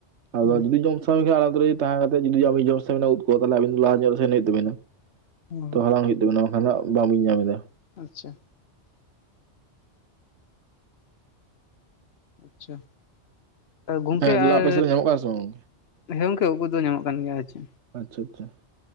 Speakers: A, on the right (about 75°); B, on the left (about 65°).
A: ᱟᱫᱚ
B: ᱦᱩᱸ
A: ᱡᱩᱫᱤ ᱡᱚᱢ <inaudible> ᱛᱟᱦᱮᱸ ᱠᱟᱛᱮ ᱡᱩᱫᱤ ᱡᱚᱢ ᱵᱤ ᱡᱚᱢ ᱥᱟᱱᱟ ᱩᱫ ᱠᱚ ᱛᱟᱦᱚᱞᱮ ᱟᱵᱤᱱ ᱞᱟᱦᱟ ᱧᱚᱜᱨᱮ ᱥᱮᱱ ᱦᱩᱭᱩᱜ ᱛᱟᱵᱤᱱᱟ᱾
B: ᱚ
A: ᱛᱚ ᱦᱟᱞᱟᱝ ᱦᱩᱭᱩᱜ ᱛᱟᱵᱤᱱᱟ ᱵᱟᱝᱠᱷᱟᱱ ᱫᱚ ᱵᱟᱝᱵᱤᱧ ᱧᱟᱢ ᱮᱫᱟ᱾
B: ᱟᱪᱷᱟ ᱟᱪᱷᱟ ᱜᱚᱝᱠᱮ
A: ᱦᱮᱸ ᱛᱟᱦᱚᱞᱮ
B: ᱟᱨ
A: ᱟᱯᱮ ᱥᱮᱫ ᱧᱟᱢᱚᱜ ᱠᱟᱱᱟ ᱥᱮ ᱵᱟᱝ
B: ᱦᱮᱸ ᱜᱚᱝᱡᱮ ᱩᱫ ᱠᱚᱫᱚ ᱧᱟᱢᱚᱜ ᱠᱟᱱ ᱜᱮᱭᱟ ᱦᱮᱪᱮ
A: ᱟᱪᱷᱟ ᱟᱪᱷᱟ